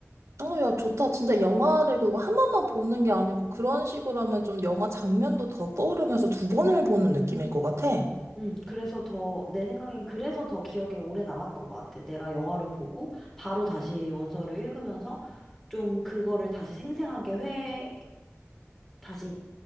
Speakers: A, on the right; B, in the centre.
A: 어, 야, 좋다. 진짜 영화를 그거 한 번만 보는 게 아니고, 그런 식으로 하면 좀 영화 장면도 더 떠오르면서 두 번을 보는 느낌일 것 같아.
B: 음, 그래서 더, 내 생각엔 그래서 더 기억에 오래 남았던 것 같아. 내가 영화를 보고, 바로 다시 원서를 읽으면서, 좀 그거를 다시 생생하게 회, 다시